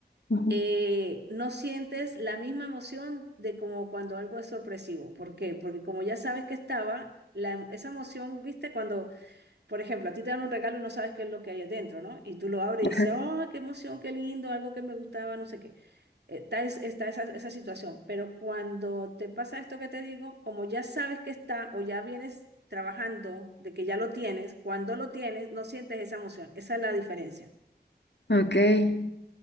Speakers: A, on the left; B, on the right.
A: Ujú.
B: eh, no sientes la misma emoción de como cuando algo es sorpresivo. ¿Por qué? Porque como ya sabes que estaba, la em- esa emoción, viste, cuando... Por ejemplo, a ti te dan un regalo y no sabes qué es lo que hay adentro, ¿no? Y tú lo abres y
A: Ajá.
B: dices, ¡oh, qué emoción, qué lindo, algo que me gustaba, no sé qué! Eh, Está, es- está esa, esa situación. Pero cuando te pasa esto que te digo, como ya sabes que está o ya vienes trabajando de que ya lo tienes, cuando lo tienes, no sientes esa emoción. Esa es la diferencia.
A: Ok.